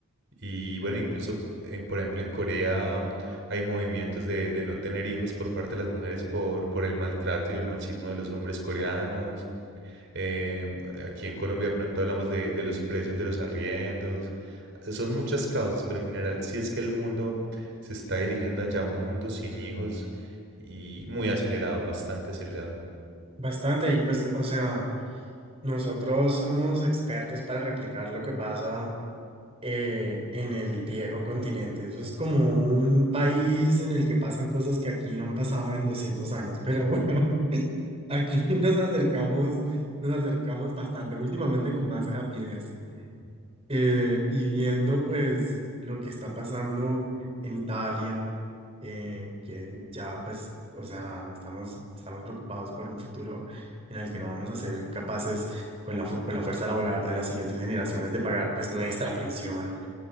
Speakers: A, on the right; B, on the right.
A: y bueno, incluso, en, por ejemplo, en Corea hay movimientos de, de no tener hijos por parte de las mujeres por, por el maltrato y el machismo de los hombres coreanos. Eh, aquí en Colombia de pronto hablamos de, de los precios de los arriendos. Son muchas causas, pero en general sí es que el mundo se está dirigiendo allá a un mundo sin hijos y muy acelerado, bastante acelerado.
B: bastante. Y pues, o sea, nosotros somos expertos para replicar lo que pasa eh, en el viejo continente. Eso es como un país en el que pasan cosas que aquí no han pasado en 200 años. Pero bueno, <laughs> aquí nos acercamos, nos acercamos bastante, últimamente con más rapidez. eh, y viendo pues lo que está pasando en Italia, eh, que ya pues, o sea, estamos, estamos preocupados por un futuro en el que no vamos a ser capaces con la, fu- con la fuerza laboral de las siguientes generaciones de pagar pues nuestra pensión.